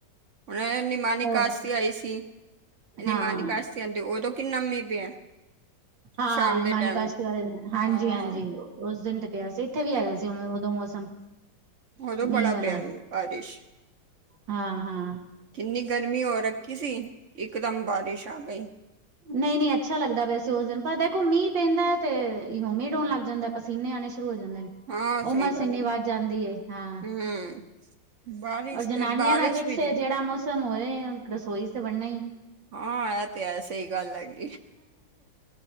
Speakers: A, on the right (about 50°); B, on the right (about 90°).
A: ਹੁਣ ਨਿਮਾਨੀ
B: ਹੋਰ
A: ਕਾਸ਼ਤੀ ਆਈ ਸੀ ਨਿਮਾਨੀ
B: ਹਾਂ
A: ਕਾਸ਼ਤੀ ਆਦੀ ਉਦੋਂ ਕੀ ਨਮੀ ਪਿਆ
B: ਹਾਂ,
A: ਸ਼ਾਮ
B: ਨਮਾਨੀ
A: ਦੇ ਟਾਈਮ
B: ਕਾਸ਼ਤੀ ਵਾਲੇ ਦਿਨ। ਹਾਂਜੀ
A: ਹਾਂ।
B: -ਹਾਂਜੀ ਉਸ ਦਿਨ ਤੇ ਪਿਆ ਸੀ। ਉੱਥੇ ਵੀ ਹੈਗਾ ਸੀ। ਉ- ਉਦੋਂ ਮੌਸਮ।
A: ਉਦੋਂ ਬੜਾ
B: ਮੀਂਹ ਵਾਲਾ
A: ਪਿਆ ਜੀ। ਬਾਰਿਸ਼
B: ਹਾਂ ਹਾਂ
A: ਇੰਨੀ ਗਰਮੀ ਹੋ ਰੱਖੀ ਸੀ। ਇਕਦਮ ਬਾਰਿਸ਼ ਆ ਗਈ।
B: ਨਹੀਂ-ਨਹੀਂ ਅੱਛਾ ਲੱਗਦਾ ਪਿਆ ਸੀ। ਉਸ ਦਿਨ ਪਰ ਦੇਖੋ ਮੀਂਹ ਪੈਂਦਾ ਤੇ, ਹੋ ਮੀਡ ਹੋਣ ਲੱਗ ਜਾਂਦਾ ਐ। ਪਸੀਨੇ ਆਉਣੇ ਸ਼ੁਰੂ ਹੋ ਜਾਂਦੇ ਨੇ,
A: ਹਾਂ
B: ਉਮਸ
A: ਸਹੀ ਗੱਲ
B: ਇੰਨੀ
A: ਹੈ
B: ਵੱਧ ਜਾਂਦੀ ਐ ਹਾਂ।
A: ਹੂੰ ਬਾਰਿਸ਼
B: ਔਰ ਜਨਾਨੀਆਂ
A: ਤੇ ਬਾਰਿਸ਼
B: ਦਾ ਫਿਕਸ
A: ਵੀ ਜੇ
B: ਐ। ਜਿਹੜਾ ਮੌਸਮ ਹੋਏ, ਰਸੋਈ ਤੇ ਵਣਨਾ ਈਐ।।
A: ਹਾਂ। ਇਹ ਤੇ ਐ, ਸਹੀ ਗੱਲ ਹੈਗੀ।